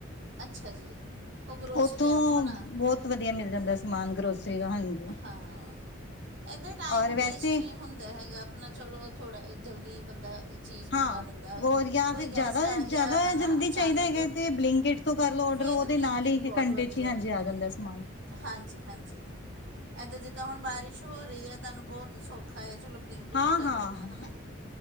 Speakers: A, on the right; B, on the left.
A: ਅੱਛਾ ਜੀ। ਉਹ ਗਰੋਸਰੀ
B: ਉੱਥੋਂ,
A: ਐਪ ਹੋਣਾ
B: ਬਹੁਤ ਵਧੀਆ, ਮਿਲ ਜਾਂਦਾ ਸਮਾਨ। ਗਰੋਸਰੀ ਦਾ। ਹਾਂਜੀ।
A: ਹਾਂ। ਇੱਦਾਂ ਟਾਈਮ
B: ਔਰ
A: ਵੇਸਟ,
B: ਵੈਸੇ
A: ਨਹੀਂ ਹੁੰਦਾ ਹੈਗਾ। ਆਪਣਾ ਚਲੋ, ਥੋੜਾ ਜਲਦੀ ਬੰਦਾ ਚੀਜ਼
B: ਹਾਂ,
A: ਮੰਗਾ ਲੈਂਦਾ
B: ਹੋ ਵਧੀਆ
A: ਕੋਈ
B: ਫੇਰ
A: ਗੈਸਟ
B: ਜ਼ਿਆਦਾ,
A: ਆ
B: ਜ਼ਿਆਦਾ
A: ਗਿਆ ਹਨਾ
B: ਜਲਦੀ
A: ਅਚਾਨਕ
B: ਚਾਹੀਦਾ ਹੈਗਾ। ਤੇ ਬਲੈਂਕਿਟ ਤੋਂ ਕਰ ਲਓ ਔਡਰ।
A: ਫੇਰ
B: ਉਹਦੇ
A: ਤਾਂ ਬਲਿੰਕਿਟ
B: ਨਾਲ ਹੀ,
A: ਬਹੁਤ
B: ਘੰਟੇ
A: ਵਧੀਆ
B: ਚ ਹੀ, ਹਾਂਜੀ, ਆ ਜਾਂਦਾ ਸਮਾਨ।
A: ਹਾਂਜੀ- ਹਾਂਜੀ। ਇਹ ਤਾਂ ਜਿੱਦਾਂ ਹੁਣ, ਬਾਰਿਸ਼ ਹੋ ਰਹੀ ਹੈ। ਤੁਹਾਨੂੰ ਬਹੁਤ ਸੌਖ ਖਾ ਹੈ। ਚਲੋ ਬਲਿੰਕਟ
B: ਹਾਂ
A: ਕਰ
B: ਹਾਂ
A: ਲੈਣਾ। ਹੈ ਨਾ।